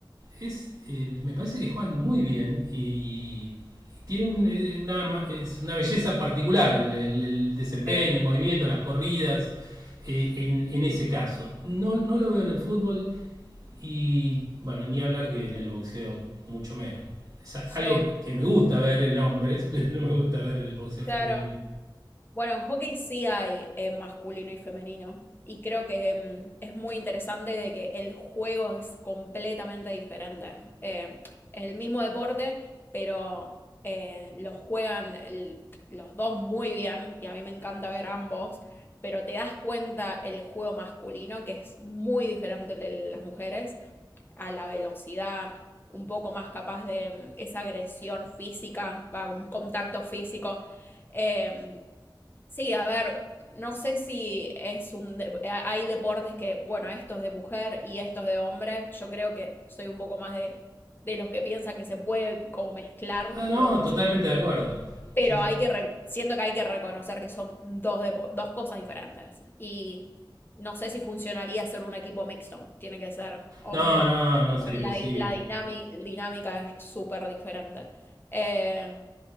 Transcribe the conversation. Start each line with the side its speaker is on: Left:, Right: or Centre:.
Right: es, eh, me parece que juegan muy bien y tiene un- eh, una, ma- es una belleza particular el, el- el desempeño,
Left: sí,
Right: el movimiento, las corridas eh, en, en ese caso. No, no lo veo en el fútbol, y bueno, ni hablar que en el boxeo mucho menos. Es algo
Left: sí,
Right: que- que me gusta ver en hombres, <laughs> pero no me gusta ver en el boxeo
Left: claro.
Right: femenino.
Left: Bueno, en hockey sí hay eh, masculino y femenino. Y creo que em, es muy interesante de que el juego es completamente diferente. Eh, es el mismo deporte, pero eh, lo juegan el- los dos muy bien. Y a mí me encanta ver ambos. Pero te das cuenta el juego masculino, que es muy diferente al de las mujeres, a la velocidad, un poco más capaz de em, esa agresión física, va, un contacto físico. Em, Sí, a ver, no sé si es un dep- a- hay deportes que, bueno, esto es de mujer y esto es de hombre. Yo creo que soy un poco más de, de los que piensan que se puede como mezclar
Right: Ah, no,
Left: los,
Right: totalmente de acuerdo.
Left: pero
Right: Sí, sí.
Left: hay que re- siento que hay que reconocer que son dos depo- dos cosas diferentes. Y no sé si funcionaría ser un equipo mixto. Tiene que ser hombre,
Right: No, no, no,
Left: porque
Right: sería imposible.
Left: la, di- la dinami- dinámica es súper diferente. Eh,